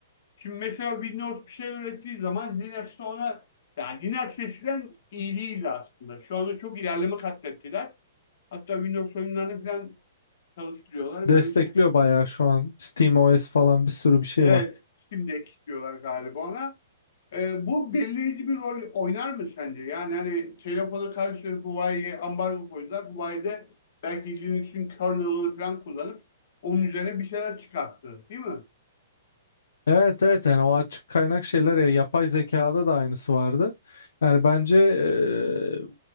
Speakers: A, on the left; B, on the left.
A: Şimdi mesela Windows bir şey ürettiği zaman Linux ona yani Linux eskiden iyi değildi aslında. Şu anda çok ilerleme katlettiler. Hatta Windows oyunlarını falan çalıştırıyorlar
B: destekliyor
A: böyle bir şey.
B: bayağı şu an SteamOS falan bir sürü bir şey
A: Evet,
B: var.
A: Steam Deck diyorlar galiba ona. Ee, bu belirleyici bir rol oynar mı sence? Yani hani telefona karşı Huawei'ye ambargo koydular. Huawei de belki Linux'in kernel'ını falan kullanıp onun üzerine bir şeyler çıkarttı, değil mi?
B: Evet evet yani o açık kaynak şeyler ya yapay zekada da aynısı vardı. Yani bence eee,